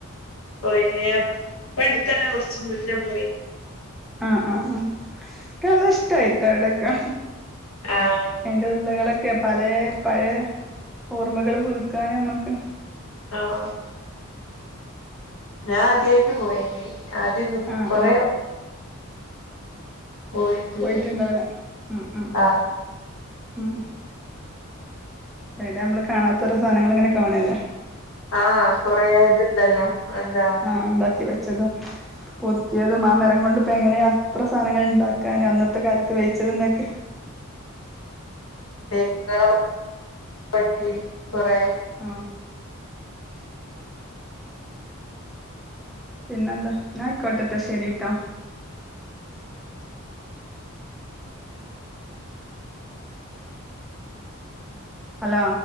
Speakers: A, on the left; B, in the centre.
A: പോയിനിയോ ഇപ്പ അടുത്തല്ലാ കുറച്ച് മുന്നേ പോയി.
B: ആഹ് ആഹ് ആഹ് ഇയ്ക്ക് നല്ലഇഷ്ടയിട്ടോ അവിടെക്കെ.
A: ആഹ്
B: അതിന്റ ഉള്ളുകളൊ. ക്കെ പലേ പഴയ ഓർമ്മകൾ പുതുക്കാൻ നമ്മുക്ക്
A: ആഹ് ഞാൻ ആദ്യായിട്ട് പോയേനി ആദ്യഒന്നും
B: ആഹ്
A: കൊറേ-
B: ആഹ്
A: പോയിട്ടില്ലേനി
B: പോയിട്ടുണ്ടാവൂല ഉം ഉം.
A: ആഹ്
B: ഉം അവിടെ നമ്മള് കാണാത്ത ഓരോ സാധനങ്ങൾ ഇങ്ങനെ കാണല്ലേ.
A: ആഹ് കൊറേ ഇത്ണ്ടല്ലോ എന്താ.
B: ആഹ് ഉണ്ടാക്കി വെച്ചതും. പുതുക്കിയതും ആ മരം കൊണ്ട് ഇപ്പോ എങ്ങനെയ അത്ര സാധനങ്ങൾ ഉണ്ടാക്കാന് അന്നത്തെ കാലത്ത് വെയിച്ചത് എന്നൊക്കെ-
A: തേക്കുകളെ പറ്റി കുറേ.
B: ഉം പിന്നെന്താ ന്നാ അയ്കോട്ടെ ട്ടോ ശരിട്ടോ. ഹലോ.